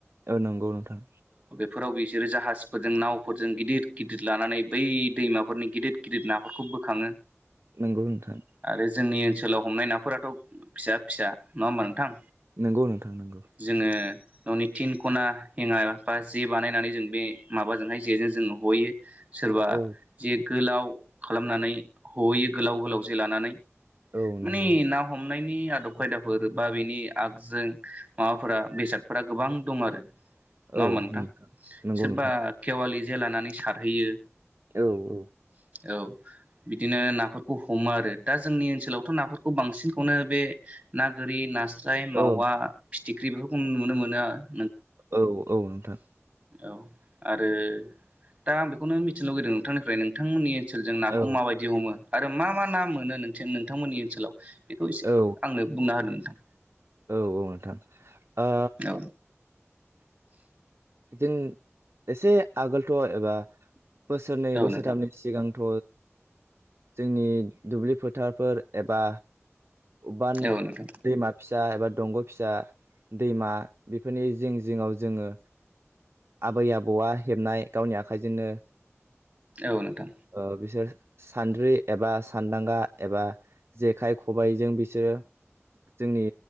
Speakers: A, on the right; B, on the right.
A: औ नंगौ नोंथां।
B: फोराव बिसोरो जाहाजफोरजों नावफोरजों गिदिर गिदिर लानानै बै दैमाफोरनि गिदिर गिदिर नाफोरखौ बोखाङो।
A: नंगौ नोंथां।
B: आरो जोंनि ओनसोलाव हमनाय नाफोराथ फिसा फिसा नङा होमबा नोंथां
A: नंगौ नोंथां नोंगौ
B: जोङो ननि थिन खना हेङा बा जे बानायनानै जों बे माबाजोंहाय जेजों जों हयो सोरबा
A: औ
B: जे गोलाव खालामनानै हहैयो गोलाव गोलाव जे लानानै
A: औ
B: मानि
A: नंगौ
B: ना हमनायनि आदब खायदाफोर बा बिनि आगजों माबाफोरा बेसादफोरा गोबां दं आरो नङा
A: औ
B: मोनथां
A: नोंथां नंगौ
B: सोरबा
A: नोंथां
B: केवालि जे लानानै सारहैयो
A: औ औ
B: औ बिदिनो नाफोरखौ हमो आरो दा जोंनि ओनसोलावथ' नाफोरखौ बांसिनखौनो बे ना गोरि नास्राय मावा
A: औ
B: फिथिख्रि बेफोरखौ नुनो मोनो आ
A: औ औ नोंथां
B: औ आरो दा आं बेखौनो मिथिनो लुगैदों नोंथांनिफ्राय नोंथांमोननि ओनस- जों नाखौ
A: औ
B: माबायदि हमो आरो मा मा ना मोनो नोंथांमोननि ओनसोलाव बेखौ एसे
A: औ
B: आंनो बुंना होदो नोंथां
A: औ औ नोंथां ओ
B: औ
A: जों एसे आगोलथ एबा बोसोरनै बोसोरथामनि
B: नोंथां
A: सिगांथ जोंनि दुब्लि फोथारफोर एबा बान
B: औ नोंथां
A: दैमा फिसा एबा दंग फिसा दैमा बेफोरनि जिं जिङाव जोङो आबै आबौआ हेबनाय गावनि आखाइजोंनो
B: औ नोंथां
A: ओ बिसोर सानद्रि एबा सानदांगा एबा जेखाइ खबाइजों बिसोर ओ जोंनि